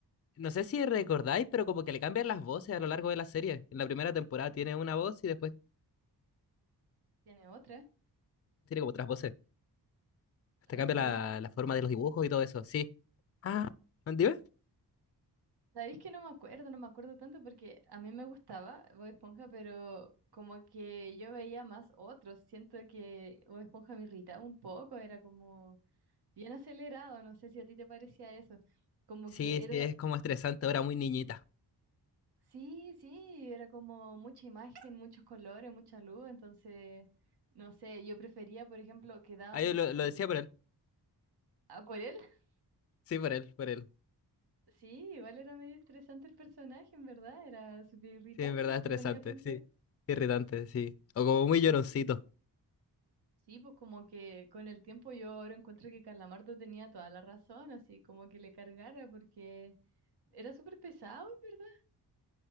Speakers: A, on the left; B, on the right.
A: no sé si recordáis, pero como que le cambian las voces a lo largo de la serie. En la primera temporada tiene una voz y después
B: ¿Tiene otra?
A: tiene como otras voces. Hasta
B: Ah,
A: cambia
B: ¿sabéis
A: la,
B: que...?
A: la forma de los dibujos y todo eso. Sí. Ah, ¿dime?
B: Sabéis que no me acuerdo, no me acuerdo tanto porque a mí me gustaba Bob Esponja, pero como que yo veía más otros. Siento que Bob Esponja me irritaba un poco, era como bien acelerado, no sé si a ti te parecía eso. Como
A: Sí,
B: que era,
A: sí, es como estresante ahora, muy niñita.
B: sí, sí, era como mucha imagen, muchos colores, mucha luz, entonces, no sé, yo prefería, por ejemplo, que daban
A: Ah, yo lo,
B: el...
A: lo decía por él.
B: ¿A por él? <laughs>
A: Sí, por él, por él.
B: Sí, igual era medio estresante el personaje, en verdad, era súper irritante
A: Sí, en verdad
B: si te
A: estresante,
B: ponía a pensar.
A: sí. Irritante, sí. O como muy lloroncito.
B: Sí, pues como que con el tiempo yo ahora encuentro que Calamardo tenía toda la razón, así como que le cargara porque era súper pesado, en ¿verdad?